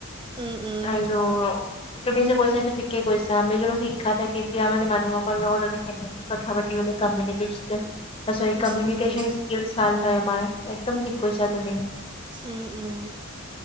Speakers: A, on the right; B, on the left.
A: উম উম
B: আৰু
A: সেইটো হয়
B: তুমি যে কৈছা সেটো ঠিকে কৈছা আমি যোনো শিক্ষা থাকি এতিয়া মানে মানু-হকলৰ লগত আমি কেনেকে কথা পাতি হলে কামিনিকেচন অ চৰি
A: উম
B: কামিনি
A: উম
B: ভাল হয় আমাৰ একদম ঠিক কৈছা তুমি।
A: উম উম।